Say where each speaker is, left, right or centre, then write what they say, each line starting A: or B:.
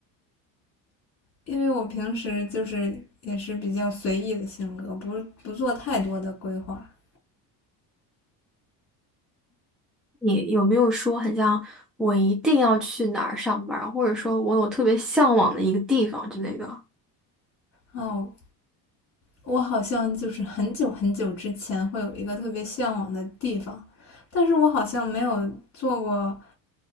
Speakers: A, on the left; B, in the centre.
A: 因为我平时就是也是比较随意的性格，不不做太多的规划。
B: 你有没有说很像我一定要去哪儿上班儿或者说我有特别向往的一个地方之类的？
A: 哦，我好像就是 <laughs> 很久很久之前会有一个特别向往的地方，但是我好像没有做过